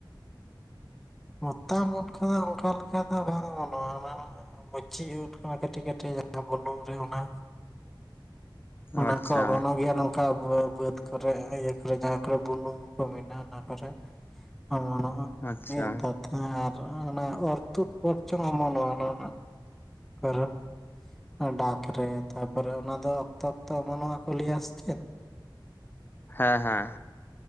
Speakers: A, in the centre; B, on the left.
A: ᱢᱚᱛᱟᱢᱚᱛ ᱠᱚᱫᱚ ᱚᱝᱠᱟ ᱞᱮᱠᱟ ᱫᱚ ᱵᱟᱝ ᱚᱢᱚᱱᱜᱼᱟ ᱵᱹᱪᱤ ᱩᱫ ᱠᱟᱱᱟ ᱠᱟᱹᱴᱤᱡᱼ ᱠᱟᱹᱴᱤᱡ ᱡᱟᱦᱟᱸ ᱵᱩᱞᱩᱝ ᱨᱮ ᱚᱱᱟ ᱚᱱᱟ
B: ᱟᱪᱪᱷᱟ
A: ᱠᱚ ᱵᱚᱱᱚᱩ ᱜᱮᱭᱟ ᱱᱚᱠ ᱠᱟ ᱵᱟᱹᱫ ᱠᱚᱨᱮ ᱤᱭᱟᱹ ᱠᱚᱨᱮ ᱡᱟᱦᱟᱸ ᱠᱚᱨᱮ ᱵᱩᱱᱩᱝ ᱠᱚ ᱢᱮᱱᱟᱜᱼᱟ ᱚᱱᱟ ᱠᱚᱨᱮ ᱚᱢᱚᱱᱜᱼᱟ,
B: ᱟᱪᱪᱷᱟ
A: ᱷᱩᱸ ᱟᱨ ᱚᱱᱟ ᱚᱨ ᱛᱩᱫ ᱵᱚᱨᱪᱚᱢ ᱚᱢᱚᱱ ᱚᱜ -ᱟ ᱚᱱᱟ ᱨᱮᱱᱟᱜ ᱰᱟᱠ ᱨᱮ ᱛᱟᱯᱚᱨᱮ ᱚᱱᱟ ᱫᱚ ᱚᱠᱛᱚ ᱚᱠᱛᱚ ᱚᱢᱱᱚᱜᱼᱟ ᱠᱚ ᱞᱟᱹᱭᱟ ᱥᱮ ᱪᱮᱫ?
B: ᱦᱮᱸ ᱦᱮᱸ